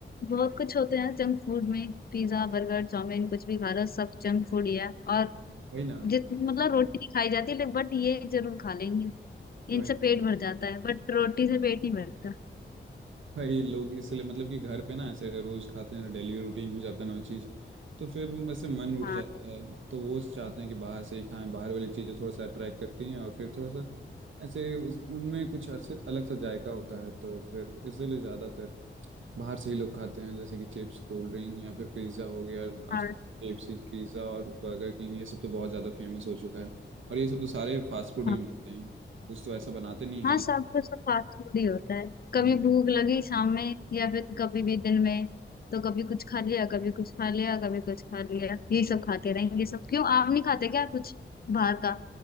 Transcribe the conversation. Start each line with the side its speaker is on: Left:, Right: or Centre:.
Left: बहुत कुछ होते हैं जंक फूड में पिज्जा बर्गर चाउमीन कुछ भी खा लो सब जंक फूड ही है और
Right: वही ना
Left: जित मतलब रोटी नहीं खाई जाती है बट ये जरूर खा लेंगे
Right: वही
Left: इनसे पेट भर जाता है बट रोटी से पेट नहीं भरता
Right: भाई लोग इसलिए मतलब कि घर पे ना ऐसे रोज खाते हैं डेली रूटीन हो जाता है ना वो चीज तो फिर वो वैसे मन उठ
Left: हाँ
Right: जाता है तो वो चाहते हैं कि बाहर से ही खाएं बाहर वाली चीजें थोड़ा सा अट्रैक्ट करती हैं और फिर थोड़ा सा ऐसे उस- उनमें कुछ ऐसे अलग सा जायका होता है तो फिर इसलिए ज्यादातर बाहर से ही लोग खाते हैं जैसे कि चिप्स कोल्ड ड्रिंक या फिर पिज्ज़ा हो गया आज
Left: हाँ
Right: केएफसी पिज्ज़ा और बर्गर किंग ये सब तो बहुत ज़्यादा फेमस हो चुका है और ये सब तो सारे फास्ट फूड
Left: हाँ।
Right: ही मिलते हैं कुछ तो ऐसा बनाते नहीं
Left: हाँ सब कुछ तो फास्ट फूड ही होता है कभी
Right: हेल्थ
Left: भूख लगी शाम में या फिर कभी भी दिन में तो कभी कुछ खा लिया कभी कुछ खा लिया कभी कुछ खा लिया ये सब खाते रहेंगे सब क्यों आप नहीं खाते क्या कुछ बाहर का